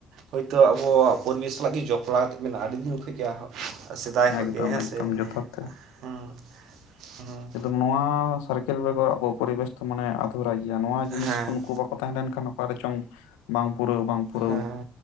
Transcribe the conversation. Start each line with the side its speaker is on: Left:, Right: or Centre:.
Right: ᱦᱳᱭᱛᱳ ᱟᱵᱚᱣᱟᱜ ᱯᱚᱨᱤᱵᱮᱥ ᱥᱟᱞᱟᱜ ᱜᱮ ᱡᱚᱯᱲᱟᱣ ᱢᱮᱱᱟᱜᱼᱟ ᱟᱹᱰᱤ ᱫᱤᱱ ᱠᱷᱚᱱ ᱜᱮ ᱥᱮᱫᱟᱭ ᱠᱷᱚᱱᱜᱮ
Left: ᱮᱠᱫᱚᱢ
Right: ᱦᱮᱸ ᱥᱮ
Left: ᱮᱠᱫᱚᱢ ᱡᱚᱛᱷᱟᱛ ᱛᱮ
Right: ᱦᱮᱸ ᱦᱮᱸ
Left: ᱱᱚᱣᱟ ᱥᱟᱨᱠᱮᱞ ᱵᱮᱜᱚᱨ ᱟᱵᱚ ᱯᱚᱨᱤᱵᱮᱥ ᱫᱚ ᱢᱟᱱᱮ ᱟᱫᱷᱩᱨᱟᱭ ᱜᱮᱭᱟ ᱱᱚᱣᱟ ᱡᱤᱱᱤᱥ
Right: ᱦᱮᱸ
Left: ᱠᱚ ᱱᱩᱠᱩ ᱵᱟᱠᱚ ᱛᱟᱦᱮᱸ ᱞᱮᱱ ᱠᱷᱟᱱ ᱚᱠᱟᱨ ᱪᱚᱝ ᱵᱟᱝ ᱯᱩᱨᱟᱹᱣ ᱵᱟᱝ ᱯᱩᱨᱟᱹᱣ
Right: ᱦᱮᱸ